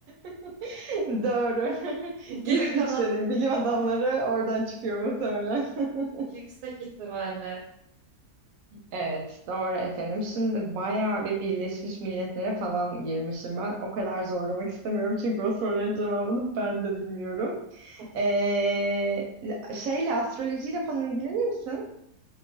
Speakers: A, on the right (about 70°); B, on the right (about 85°).
A: <laughs> Doğru.
B: Geri
A: <laughs> İsviçre'nin
B: kalan
A: bilim adamları oradan çıkıyor muhtemelen. <laughs>
B: yüksek ihtimalle.
A: Evet, doğru efendim. Şimdi bayağı bir Birleşmiş Milletler'e falan girmişim ben. O kadar zorlamak istemiyorum çünkü o soruların cevabını ben de bilmiyorum.
B: Of.
A: Ee, şeyle astrolojiyle falan ilgilenir misin?